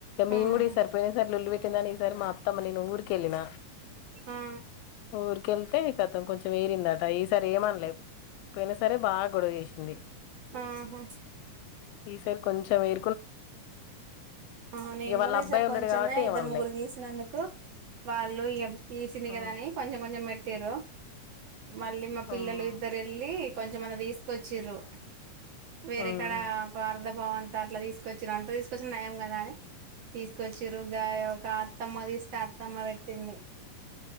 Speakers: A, on the left; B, on the right.
A: మేము
B: ఆహా
A: కూడా ఈసారి పోయినసరి లొల్లీ పె <unintelligible> సారి మా అత్తమ్మని నేను ఊరికి వెళ్లిన
B: ఆ
A: ఊరికి వెళ్తే కథం కొంచెం ఎరిరిందట ఈసారి ఏమనలే పోయిన సరే బాగా గొడవ చేసింది
B: ఆహా
A: ఈసారి కొంచం ఎ
B: ఆ నేను
A: ఇక వాళ్ళ
B: కూడా
A: అబ్బాయి
B: ఈసారి
A: ఉన్నాడు
B: కొంచమే
A: కాబట్టి ఏమనలే
B: ఇద్దరు ముగ్గురు తీసినందుకు వాళ్ళు తీసింది
A: ఉమ్,
B: కదా అని కొంచెం కొంచెం మేట్ తీరు మళ్ళీ మా పిల్లలు
A: ఉమ్,
B: ఇద్దర వెళ్లి కొం కో మొన్న తీసుకొచ్చిరు వేరేకాడ
A: ఉమ్,
B: ఒక అర్ధ పాాం అంతా అట్ల తీసు అంత తీసుకొచ్చిన నయం కదా అని తీసుకొచ్చిరు గా ఒక అత్తమ్మ తీస్తే అత్తమ్మ పెట్టింది